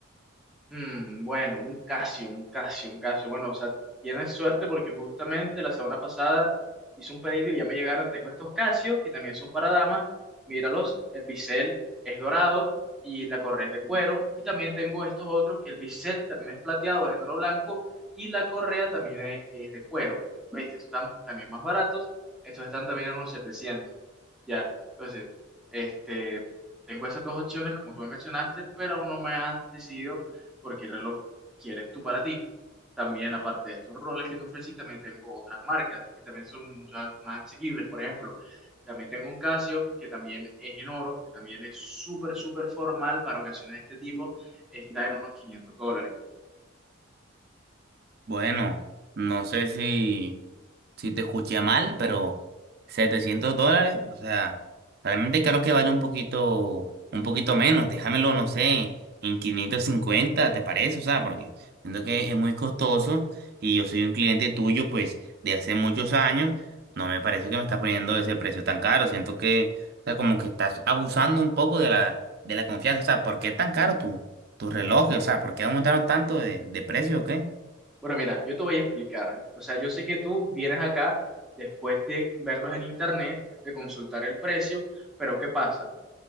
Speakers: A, in the centre; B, on the right.
A: Mm, bueno, un Casio, un Casio, un Casio. Bueno, o sea, tienes suerte porque justamente la semana pasada hice un pedido y ya me llegaron. Tengo estos Casios que también son para damas. Míralos, el bisel es dorado y la correa es de cuero. Y también tengo estos otros que el bisel también es plateado, es en oro blanco y la correa también es, es de cuero. ¿Viste? Estos están también más baratos. Estos están también en unos 700. Ya, entonces, este, tengo esas dos opciones como tú me mencionaste, pero aún no me has decidido porque el reloj quieres tú para ti. También, aparte de estos roles que te ofrecí, también tengo otras marcas que también son mucho más asequibles. Por ejemplo, también tengo un Casio que también es en oro, que también es súper, súper formal para ocasiones de este tipo. Está en unos 500 dólares.
B: Bueno, no sé si, si te escuché mal, pero 700 dólares, o sea, realmente creo que vale un poquito, un poquito menos. Déjamelo, no sé, en 550, ¿te parece? O sea, porque siento que es muy costoso y yo soy un cliente tuyo, pues, de hace muchos años. No me parece que me estás poniendo ese precio tan caro. Siento que, o sea, como que estás abusando un poco de la, de la confianza. O sea, ¿por qué es tan caro tu, tu reloj? O sea, ¿por qué aumentaron tanto de, de precio o qué?
A: Bueno, mira, yo te voy a explicar. O sea, yo sé que tú vienes acá después de verlos en internet, de consultar el precio, pero ¿qué pasa?